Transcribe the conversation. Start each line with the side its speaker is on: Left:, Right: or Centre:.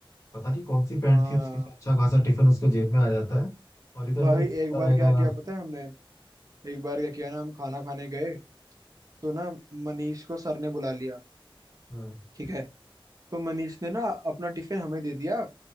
Left: पता नहीं कौन सी पैंट
Right: हाँ
Left: थी उसकी जो अच्छा खासा टिफिन उसके जेब में आ जाता है और इधर
Right: भाई
Left: उधर घूमता
Right: एक बार
Left: रहेगा
Right: क्या किया
Left: हाँ,
Right: पता है हमने एक बार क्या किया ना हम खाना खाने गए तो ना मनीष को सर ने बुला लिया
Left: हाँ,
Right: ठीक है तो मनीष ने ना अपना टिफिन हमें दे दिया